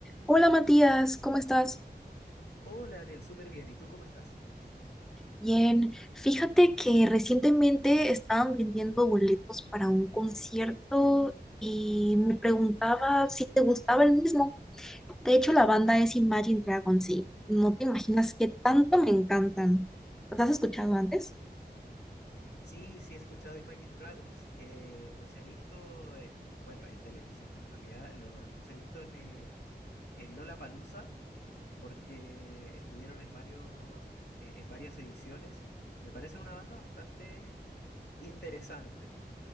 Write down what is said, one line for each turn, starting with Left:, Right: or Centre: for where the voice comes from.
Centre: Hola Matías, ¿cómo estás?
Left: Hola, Daniel, súper bien. ¿Y tú cómo estás?
Centre: Bien, fíjate que recientemente estaban vendiendo boletos para un concierto y me preguntaba si te gustaba el mismo. De hecho, la banda es Imagine Dragons y no te imaginas qué tanto me encantan. ¿Los has escuchado antes?
Left: Sí, sí he escuchado Imagine Dragons. eh, los he visto, en- bueno, en televisión en realidad. lo- los he visto en, eh, en Lollapalooza porque estuvieron en varios, eh, en varias ediciones. Me parece una banda bastante interesante.